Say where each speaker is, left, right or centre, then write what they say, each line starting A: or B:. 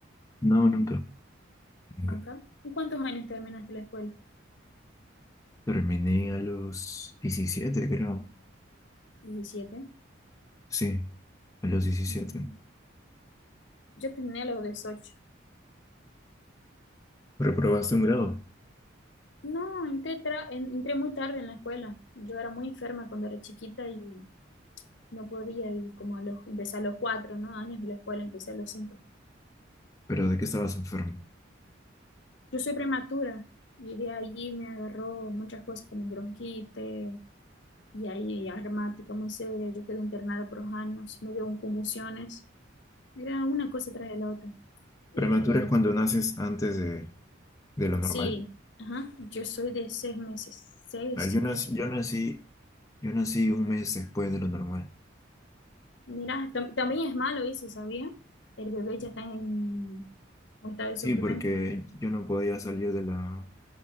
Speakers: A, on the left; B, on the left.
A: No, nunca, nunca.
B: Nunca. ¿En cuántos años terminaste la escuela?
A: Terminé a los diecisiete creo.
B: Diecisiete.
A: Sí, a los diecisiete
B: Mm, Yo terminé a los 18.
A: Reprobaste un grado.
B: No, entré, tra- en- entré muy tarde en la escuela. Yo era muy enferma cuando era chiquita y no podía y como a los, empecé a los cuatro, ¿no? años de la escuela, empecé a los cinco.
A: ¿Pero de qué estabas enfermo?
B: Yo soy prematura y de allí me agarró muchas cosas como bronquitis y ahí asmática muy seria, yo quedé internada por dos años, me dio un convulsiones, era una cosa tras de la otra.
A: Prematura
B: Eh,
A: es cuando naces antes de, de lo normal.
B: sí, ajá, yo soy de seis meses, seis
A: Ah, yo
B: meses.
A: nací, yo nací, yo nací un mes después de lo normal.
B: Mira, tam- también es malo eso, ¿sabía? El bebé ya está en un estado de
A: Sí,
B: sufrimiento.
A: porque yo no podía salir de la,